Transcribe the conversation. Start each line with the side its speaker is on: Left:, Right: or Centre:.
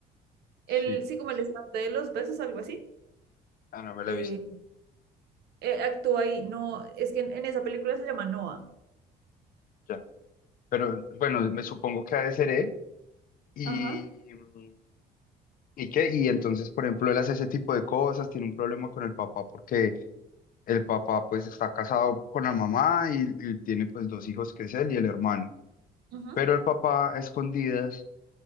Left: Sí,
Right: El, sí, como el estante de los besos, algo así.
Left: ah, no me la
Right: Eh,
Left: he visto,
Right: eh, actúa ahí, no, es que en, en esa película se llama Noah.
Left: ya. Pero bueno, me supongo que ha de ser él. Y,
Right: Ajá.
Left: mm, ¿Y qué? Y entonces, por ejemplo, él hace ese tipo de cosas, tiene un problema con el papá porque el papá pues está casado con la mamá y, y tiene pues dos hijos que es él y el hermano.
Right: ujú.
Left: Pero el papá a escondidas